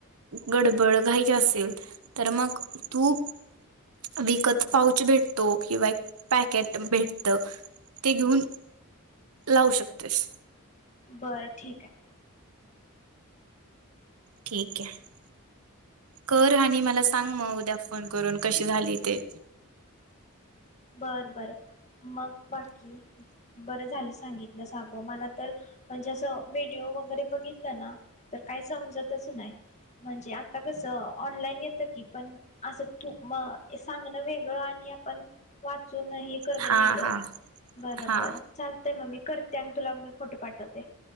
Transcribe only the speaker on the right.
गडबड घाईची असेल तर मग तू विकत पाऊच भेटतो किंवा एक पॅकेट भेटत ते घेऊन लावू शकतेस?
ठीक आहे कर आणि मला सांग मग उद्या फोन करून कशी झाली ते
हा
हा हा